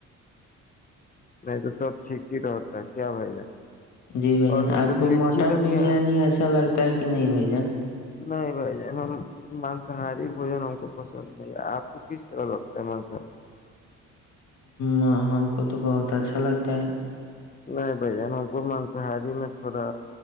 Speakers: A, on the left; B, on the left.
A: نہیں تو سب ٹھیک ہی رہتا ہے کیا بھائی جان
B: جی بھائی
A: اور
B: جان
A: مطلب
B: آپ کو
A: لچی
B: مٹن
A: کا
B: بریانی
A: کیا
B: اچھا لگتا تا ہے کہ نہیں بائی جان
A: نہیں بھائی ج مانساہاری بوجن ہم کو پسند نہیں ہے آپ کو کس طرح لگتا ہے مانسار
B: ہ ہم کو تو بہت اچھا لگتا ہے
A: نہیں بھ ج ہم کو مانساہاری میں تھوڑا